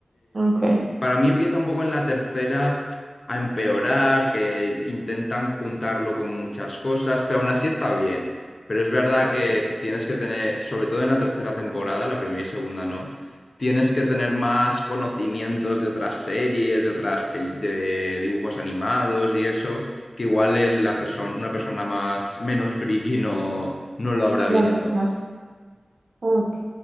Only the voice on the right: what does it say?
Ok,
ok,
no,
no sé. Ok,